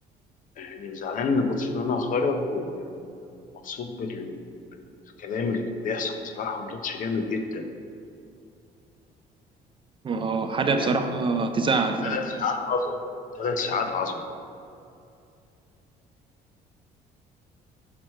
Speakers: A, on the left; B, on the right.
A: يعني زعلان ان برشلونه خرج ومبسوط بال... بالكلام اللي كان بيحصل بصراحه ماتش جامد جدا
B: اه حاجه
A: يعني
B: بصراحه تزعل فعلا
A: ثلاث ساعات عظمه ثلاث ساعات عظمه